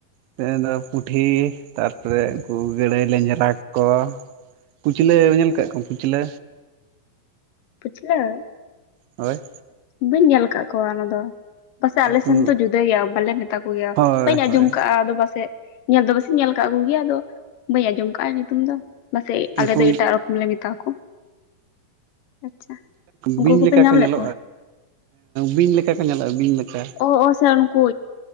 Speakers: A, on the right; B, on the left.
A: ᱛᱮᱦᱮᱱ ᱫᱚ ᱯᱩᱴᱷᱤ ᱛᱟᱨᱯᱚᱨᱮ ᱩᱱᱠᱩ ᱜᱟᱹᱲᱟᱹᱭ ᱞᱮᱸᱡᱽᱨᱟ ᱠᱚ᱾ ᱠᱩᱪᱞᱟᱹ ᱧᱮᱞ ᱠᱟᱜ ᱠᱚᱣᱟᱢ ᱠᱩᱪᱞᱟᱹ?
B: ᱠᱩᱪᱞᱟ.?
A: ᱦᱳᱭ᱾
B: ᱵᱟᱹᱧ ᱧᱮᱞ ᱠᱟᱜ ᱠᱚᱣᱟ ᱚᱱᱟ ᱫᱚ᱾ ᱯᱟᱥᱮᱜ ᱟᱞᱮ
A: ᱩᱱᱠᱩ
B: ᱥᱮᱱ ᱫᱚ ᱡᱩᱫᱟᱹ ᱜᱮᱭᱟ᱾ ᱵᱟᱞᱮ ᱢᱮᱛᱟ ᱠᱚᱜᱮᱭᱟ
A: ᱦᱳᱭ
B: ᱵᱟᱹᱧ ᱟᱸᱡᱚᱢ
A: ᱦᱳᱭ
B: ᱠᱟᱜᱼᱟ ᱟᱫᱚ ᱵᱟᱥᱮᱜ ᱧᱮᱞ ᱫᱚ ᱵᱟᱥᱮᱧ ᱧᱮᱞ ᱠᱟᱜ ᱠᱚᱜᱮᱭᱟ᱾ ᱟᱫᱚ ᱵᱟᱹᱧ ᱟᱸᱡᱚᱢ ᱠᱟᱜᱼᱟ, ᱧᱩᱛᱩᱢ ᱫᱚ ᱵᱟᱥᱮᱡ ᱟᱞᱮ
A: ᱩᱱᱠᱩ
B: ᱫᱚ ᱮᱴᱟᱜ ᱨᱚᱠ ᱞᱮ ᱢᱮᱛᱟ ᱠᱚ ᱟᱪᱪᱷᱟ ᱩᱱᱠᱩ
A: ᱵᱤᱧ
B: ᱠᱚᱯᱮ
A: ᱞᱮᱠᱟ
B: ᱧᱟᱢ
A: ᱠᱚ
B: ᱞᱮᱜ
A: ᱦᱮᱸ ᱵᱤᱧ ᱞᱮᱠᱟ ᱠᱚ ᱧᱮᱞᱚᱜᱼᱟ ᱵᱤᱧ ᱞᱮᱠᱟ᱾
B: ᱚᱻ ᱚᱻ ᱥᱮ ᱩᱱᱠᱩ